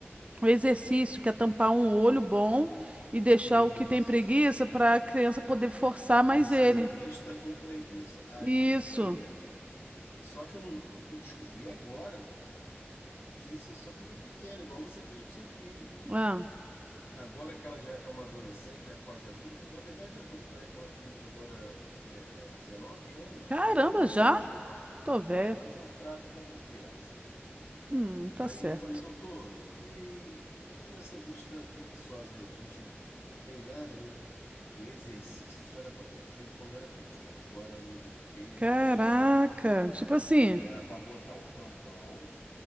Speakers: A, on the right (about 30°); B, on the left (about 70°).
A: O exercício que é tampar um olho bom e deixar
B: Isso.
A: o que tem preguiça para a criança poder forçar mais
B: Isso
A: ele.
B: aí, vista com preguiça. Aí,
A: Isso.
B: isso aí, amigo. Só que eu, não- eu fui descobrir agora que isso é só quando é pequeno, igual você fez com seu filho.
A: Ah,
B: Agora que ela já é uma adolescente, já quase adulta, na verdade adulta, né? Que ela fez agora é, 19 anos,
A: caramba,
B: eu, mas
A: já?
B: ainda.
A: Tô velha.
B: É, mas eu trato como criança.
A: Hum, tá
B: Aí
A: certo.
B: eu falei, doutor, e, e para essa vista preguiçosa aí, a gente não tem nada, nenhum. O exercício era para ter feito quando era pequena. agora não fez,
A: Caraca,
B: não adianta.
A: tipo assim.
B: Era para botar um tampão,